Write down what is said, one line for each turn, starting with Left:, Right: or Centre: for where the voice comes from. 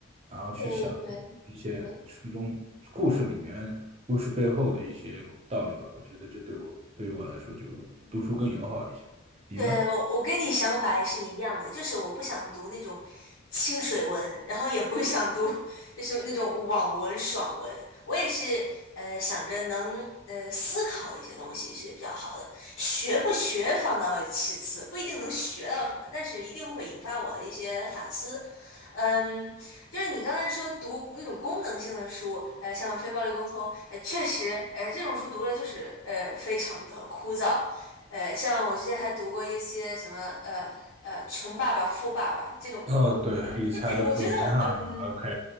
Right: 然后去想一些书中故事里面故事背后的一些道理吧。
Left: 对对对，
Right: 我觉得这对我对于我来说就读书更友好一些。你呢？
Left: 对，我我跟你想法也是一样的，就是我不想读那种清水文，然后也不想读就是那种网文、爽文。我也是呃想着能呃思考一些东西是比较好的，学不学放到其次，不一定能学到什么，但是一定会引发我的一些反思。嗯，就是你刚才说读那种功能性的书，呃，像《非暴力沟通》，呃，确实，呃，这种书读了就是呃非常的枯燥。呃，像我之前还读过一些什么呃呃穷爸爸富爸爸这种，
Right: 哦，对，理财都说的书，
Left: 这这我觉得嗯，
Right: 那 OK，